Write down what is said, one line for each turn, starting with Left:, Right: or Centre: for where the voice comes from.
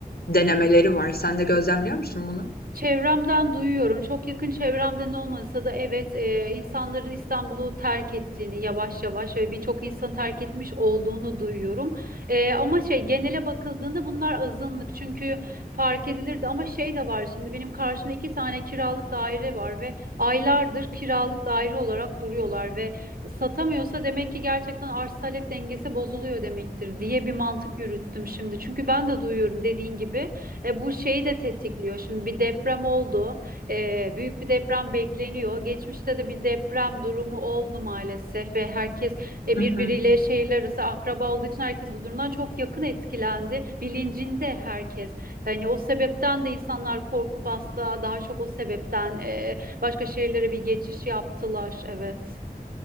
Left: denemeleri var. Sen de gözlemliyor musun bunu?
Right: Çevremden duyuyorum. Çok yakın çevremden olmasa da evet e, insanların İstanbul'u terk ettiğini yavaş yavaş ve birçok insan terk etmiş olduğunu duyuyorum. E, ama şey genele bakıldığında bunlar azınlık çünkü fark edilirdi ama şey de var şimdi benim karşımda iki tane kiralık daire var ve aylardır kiralık daire olarak duruyorlar ve satamıyorsa demek ki gerçekten arz talep dengesi bozuluyor demektir diye bir mantık yürüttüm şimdi. Çünkü ben de duyuyorum dediğin gibi. E, bu şeyi de tetikliyor. Şimdi bir deprem oldu. E, büyük bir deprem bekleniyor. Geçmişte de bir deprem durumu oldu maalesef ve herkes e,
Left: Hı
Right: birbiriyle
Left: hı.
Right: şehirler arası akraba olduğu için herkes bu durumdan çok yakın etkilendi. Bilincinde herkes. Hani o sebepten de insanlar korkup hasta daha çok o sebepten e, başka şehirlere bir geçiş yaptılar. Evet.